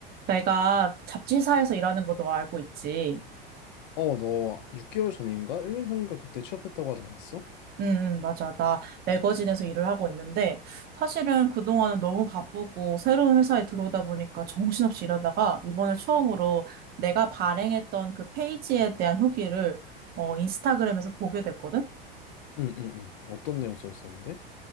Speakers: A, on the right; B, on the left.
A: 내가 잡지사에서 일하는 거 너 알고 있지?
B: 어, 너 6개월 전인가? 1년 전인가 그때 취업했다고 하지 않았어?
A: 응, 응, 맞아. 나 매거진에서 일을 하고 있는데, 사실은 그동안은 너무 바쁘고, 새로운 회사에 들어오다 보니까 정신없이 일하다가, 이번에 처음으로 내가 발행했던 그 페이지에 대한 후기를, 어, 인스타그램에서 보게 됐거든?
B: 응, 응, 응. 어떤 내용 써 있었는데?